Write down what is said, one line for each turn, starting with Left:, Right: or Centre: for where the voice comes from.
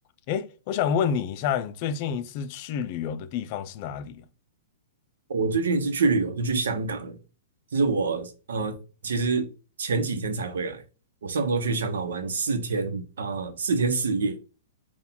Left: 诶，我想问你一下，你最近一次去旅游的地方是哪里啊？
Right: 我最近一次去旅游是去香港，就是我呃，其实前几天才回来。我上周去香港玩四天，啊、四天四夜。